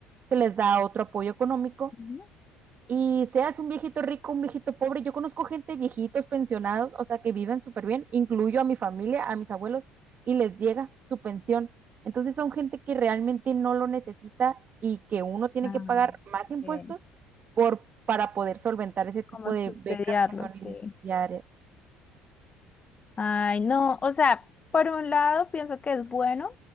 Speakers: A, on the right (about 40°); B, on the left (about 30°).
A: se les da otro apoyo económico
B: sí.
A: y seas un viejito rico, un viejito pobre, yo conozco gente, viejitos, pensionados, o sea, que viven súper bien, incluyo a mi familia, a mis abuelos, y les llega su pensión. Entonces son gente que realmente no lo necesita y que uno tiene
B: Ah,
A: que pagar más impuestos
B: bien.
A: por, para poder solventar ese tipo
B: ¿Cómo
A: de
B: subsidiarlo?
A: becas que son
B: Sí.
A: innecesarias.
B: Ay, no, o sea, por un lado pienso que es bueno,